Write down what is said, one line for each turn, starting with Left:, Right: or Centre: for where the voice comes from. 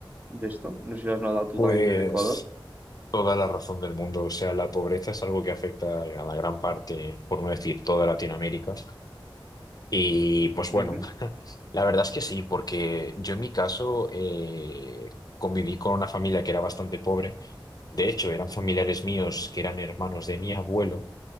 Right: de esto? No sé si lo has notado tú
Left: Pues
Right: también en Ecuador.
Left: Toda la razón del mundo, o sea, la pobreza es algo que afecta a la gran parte, por no decir toda Latinoamérica. Y pues bueno,
Right: Ujú,
Left: <laughs> la verdad es que sí, porque yo en mi caso eh, conviví con una familia que era bastante pobre. De hecho, eran familiares míos que eran hermanos de mi abuelo.